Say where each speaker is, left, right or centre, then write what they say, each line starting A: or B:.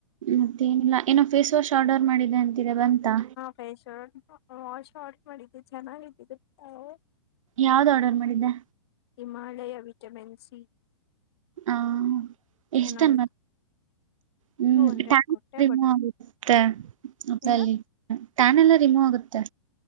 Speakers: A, on the right; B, on the left.
A: ಮತ್ತೆ ಏನಿಲ್ಲಾ ಏನೋ ಫೇಸ್ ವಾಶ್ ಆರ್ಡರ್ ಮಾಡಿದ್ದೆ ಅಂತಿದೆ ಬಂತಾ.
B: ಫೇಸ್ ವಾಶ್ ಆಡರ ಮಾಡಿದ್ದು ಚೆನ್ನಾಗಿ ಐತಿ ಇದ ಓ
A: ಯಾವ್ದ್ ಆರ್ಡರ್ ಮಾಡಿದ್ದೆ
B: ಹಿಮಾಲಯ ವಿಟಮಿನ್ ಸಿ.
A: ಆ ಎಷ್ಟನ
B: ಚೆನ್ನಾಗಿತ್ತು
A: ಹು
B: ಟೂ ಹಂಡ್ರೆಡ್
A: ಟ್ಯಾನ್
B: ಕೊಟ್ಟೆ
A: ರಿಮೂ
B: ಬಟ್
A: ಆಗುತ್ತೆ ಅದಲ್ಲಿ.
B: ಏನ
A: ಟ್ಯಾನ್ ಎಲ್ಲಾ ರಿಮೂವ್ ಆಗುತ್ತೆ.